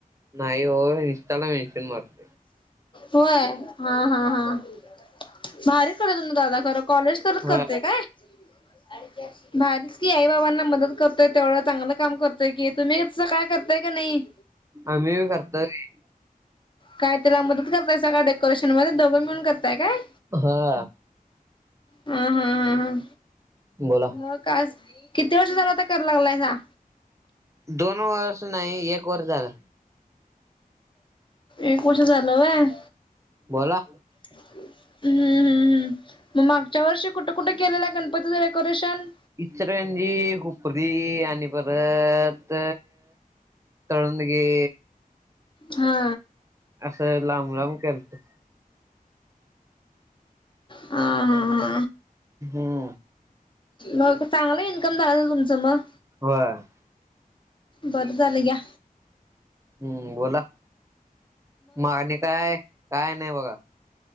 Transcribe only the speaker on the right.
नाही ओ इंस्टाल मेंशन मारतोय.
होय
<inaudible>
आम्ही भी करतोय की.
हा
बोला
दोन वर्ष नाही, एक वर्ष झालं.
बोला.
इचलकरंजी. हुपरी आणि परत तळंदगे.
असं लांब लांब गेलतो.
हम्म.
होय.
हम्म बोला, मग आणि काय? काय नाही बघा.